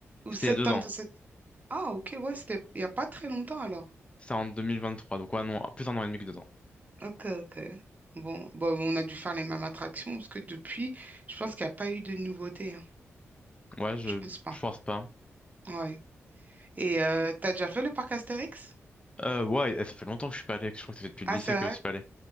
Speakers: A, on the right; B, on the left.
A: Ou septembre
B: il y a deux ans.
A: de cette... Ah, ok, ouais, c'était il n'y a pas très longtemps alors.
B: c'est en 2023. Donc ouais, non, plus un an et demi que deux ans.
A: Ok, ok. Bon, bon, on a dû faire les mêmes attractions parce que depuis, je pense qu'il n'y a pas eu de nouveautés. hein.
B: Ouais, je,
A: Je pense pas.
B: je pense pas.
A: Ouais. Et euh, t'as déjà fait le parc Astérix?
B: Euh, ouais, eh, ça fait longtemps que je suis pas allé. Je crois que ça fait depuis le
A: Ah,
B: lycée
A: c'est
B: que
A: vrai?
B: je suis pas allé.